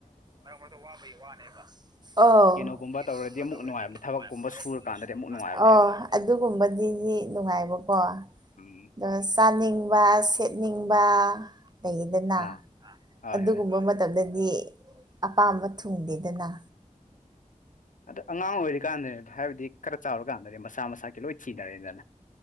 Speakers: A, on the right; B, on the left.
A: ꯃꯔꯛ ꯃꯔꯛꯇ ꯋꯥꯕꯩ ꯋꯥꯅ‌ꯦꯕ ꯑ‌ꯣ
B: ꯀꯩꯅꯣꯒꯨꯝꯕ
A: <unintelligible>
B: ꯑꯃꯨꯛ
A: ꯇꯧꯔꯗꯤ
B: ꯅꯨꯡꯉꯥꯏꯕꯅꯦ
A: ꯃꯨꯛ
B: ꯊꯕꯛꯀꯨꯝꯕ ꯁꯨꯔꯀꯥꯟꯗꯗꯤ
A: <unintelligible>
B: ꯑꯃꯨꯛ ꯅꯨꯡꯉꯥꯏꯕꯅꯦꯕ
A: ꯑꯣ ꯑꯗꯨꯒꯨꯝꯕꯗꯗꯤ ꯅꯨꯡꯉꯥꯏꯕꯀꯣ ꯑꯗꯣ
B: ꯎꯝ
A: ꯆꯥꯅꯤꯡꯕ ꯁꯦꯠꯅꯤꯡꯕ ꯂꯩꯗꯅ
B: ꯑꯥ
A: ꯑ
B: ꯍꯣꯏ
A: ꯑꯗꯨꯒꯨꯝꯕ
B: ꯍꯣꯏ
A: ꯃ ꯇꯝꯗꯗꯤ ꯑꯄꯥꯝꯕ ꯊꯨꯡꯗꯦꯗꯅ
B: ꯑꯗꯣ ꯑꯉꯥꯡ ꯑꯣꯏꯔꯤꯀꯥꯟꯗꯅꯦ ꯍꯥꯏꯕꯗꯤ ꯈꯔ ꯆꯥꯎꯔꯀꯥꯟꯗꯗꯤ ꯃꯁꯥ ꯃꯁꯥꯒꯤ ꯂꯣꯏ ꯊꯤꯅꯔꯦꯗꯅ